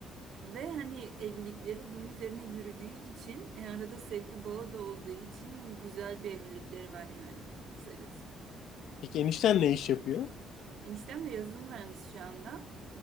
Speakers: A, on the right (about 60°); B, on the left (about 70°).
A: ve hani evlilikleri bunun üzerine yürüdüğü için e, arada sevgi bağı da olduğu için güzel bir evlilikleri var yani kısacası.
B: Peki enişten ne iş yapıyor?
A: Eniştem de yazılım mühendisi şu anda.